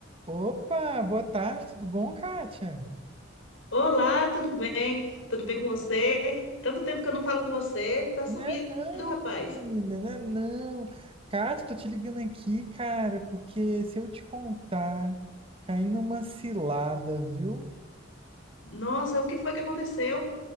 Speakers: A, on the right; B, on the left.
A: Opa, boa tarde, tudo bom, Kátia?
B: Olá, tudo bem? Tudo bem com você? Tanto tempo que eu não falo com você, tá sumido,
A: Né não,
B: rapaz.
A: menina, né não. Kátia, tô te ligando aqui, cara, porque se eu te contar, caí numa cilada, viu?
B: Nossa, o que foi que aconteceu?